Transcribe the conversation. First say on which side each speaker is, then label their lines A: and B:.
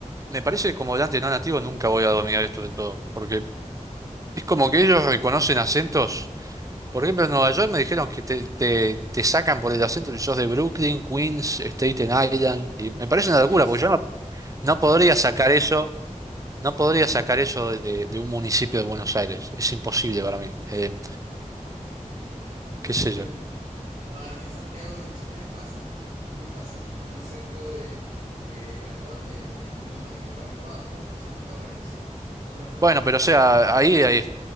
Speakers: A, on the right; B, on the right.
A: me parece que como hablante no nativo nunca voy a dominar esto de todo, porque es como que ellos reconocen acentos. Por ejemplo, en Nueva York me dijeron que te, te, te sacan por el acento si sos de Brooklyn, Queens, Staten Island, y me parece
B: Sí,
A: una locura,
B: es-
A: porque yo no No
B: se
A: podría
B: nota
A: sacar
B: mucho.
A: eso, no podría sacar eso de, de un municipio de Buenos Aires. Es imposible para mí. Eh,
B: Te
A: qué
B: entiendo.
A: sé yo.
B: No, aquí en Santiago de Chile es fácil, es muy fácil. Un acento de, de Las Condes, de Ñuñoa y de Barrio Bajo son otra cosa, otra cosa.
A: Bueno, pero o sea, ahí, ahí